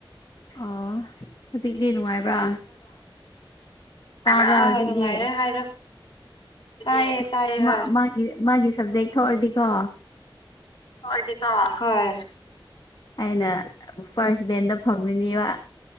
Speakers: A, on the left; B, on the left.
A: ꯑꯥ ꯍꯧꯖꯤꯛꯇꯤ ꯅꯨꯡꯉꯥꯏꯕ꯭ꯔꯥ ꯇꯥꯕ꯭ꯔꯥ
B: ꯕꯔꯥ ꯍꯣ
A: ꯍꯧꯖꯤꯛꯇꯤ
B: ꯍꯣꯏ ꯅꯨꯡꯉꯥꯏꯔꯦ ꯍꯥꯏꯔꯣ ꯇꯥꯏꯌꯦ
A: ꯑꯁ
B: ꯇꯥꯏꯌꯦ
A: ꯃꯥ
B: ꯍꯣꯏ
A: ꯃꯥꯒꯤ ꯃꯥꯒꯤ ꯁꯞꯖꯦꯛ ꯊꯣꯛꯔꯗꯤꯀꯣ
B: ꯊ‌ꯣꯛꯑꯗꯤꯀ‌ꯣ ꯍ‌ꯣꯏ
A: ꯑꯩꯅ ꯐꯥꯔꯁ ꯕꯦꯟꯗ ꯐꯝꯃꯅꯦꯕ